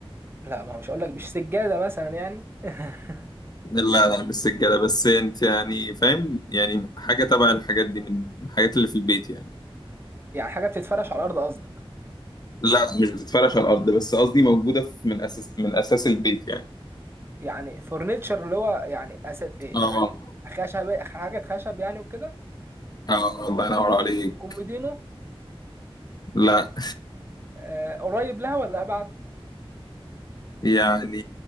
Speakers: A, on the right; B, on the left.
A: لا ما هو مش هقول لك مش سجادة مثلا يعني <laughs>
B: لا لا مش سجادة بس انت يعني فاهم يعني حاجة تبع الحاجات دي من من الحاجات اللي في البيت يعني
A: يعني حاجة بتتفرش على الأرض قصدك
B: لا لا مش بتتفرش على الأرض بس قصدي موجودة في من أساس من أساس البيت يعني
A: يعني فورنيتشر اللي هو يعني أس... إيه
B: اه
A: يعني خشب حاجة خشب يعني وكده
B: اه الله ينور عليك
A: كوميدينو
B: لا
A: آه قريب لها ولا أبعد
B: يعني